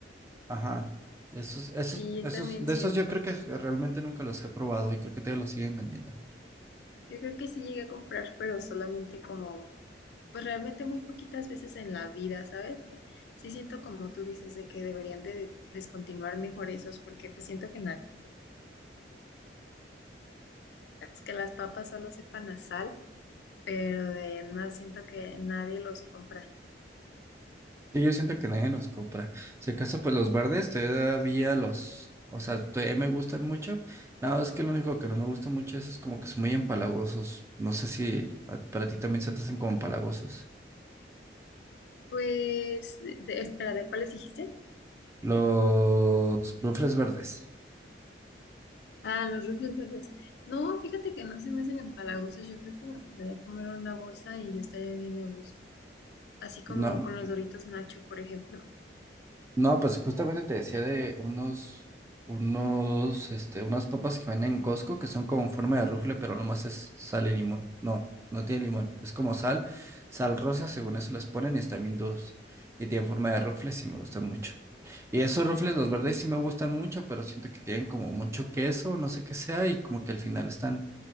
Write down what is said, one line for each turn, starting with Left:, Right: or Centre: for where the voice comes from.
Right: Ajá. Esos, esos,
Left: Sí, yo
Right: esos,
Left: también
Right: de
Left: siento.
Right: esos yo creo que realmente nunca los he probado y creo que todavía los siguen vendiendo.
Left: Yo creo que sí llegué a comprar, pero solamente como, pues realmente muy poquitas veces en la vida, ¿sabes? Sí siento como tú dices de que deberían de descontinuar mejor esos, porque pues siento que na- es que las papas solo sepan a sal, pero de más siento que nadie los compra.
Right: Sí, yo siento que nadie los compra. Si acaso, pues los verdes todavía los, o sea, todavía me gustan mucho. Nada más que lo único que no me gusta mucho es, es como que son muy empalagosos. No sé si a- para ti también se te hacen como empalagosos.
Left: Pues, de- de- espera, ¿de cuáles dijiste?
Right: Los rufles verdes.
Left: Ah, los rufles verdes. No, fíjate que no se me hacen empalagosos. Yo creo que me podría comer una bolsa y yo estaría bien a gusto. Así como
Right: No.
Left: con los Doritos Nacho, por ejemplo.
Right: No, pues justamente te decía de unos, unos, este, unas papas que venden en Costco que son como en forma de rufle, pero nomás es sal y limón. No, no tiene limón. Es como sal, sal rosa, según eso las ponen y están bien duros. Y tienen forma de rufles sí me gustan mucho. Y esos rufles, los verdes sí me gustan mucho, pero siento que tienen como mucho queso, no sé qué sea, y como que al final están,